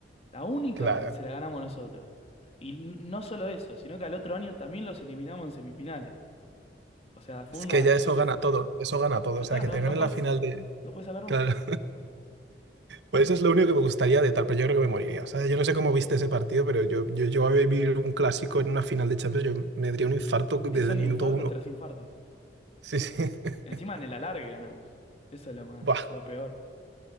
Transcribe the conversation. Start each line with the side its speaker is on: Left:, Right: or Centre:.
Left: La única
Right: claro.
Left: se la ganamos nosotros. Y n- no solo eso, sino que al otro año también los eliminamos en semifinales. O sea, fue
Right: Es
Left: una.
Right: que ya eso gana todo. Eso gana todo.
Left: Ya
Right: O
Left: está,
Right: sea, que
Left: no,
Right: te
Left: no
Right: gane
Left: puedes,
Right: la final de...
Left: no puedes hablar más.
Right: Claro. Pues eso es lo único que me gustaría de tal, pero yo creo que me moriría. O sea, yo no sé cómo viste ese partido, pero yo, yo, yo a vivir un clásico en una final de Champions, yo me daría un infarto
Left: Sí,
Right: desde
Left: son
Right: el minuto
Left: infartos
Right: uno.
Left: tras infartos.
Right: Sí, sí. <laughs>
Left: Encima en el alargue ganamos. Eso es lo más,
Right: Buah,
Left: lo peor.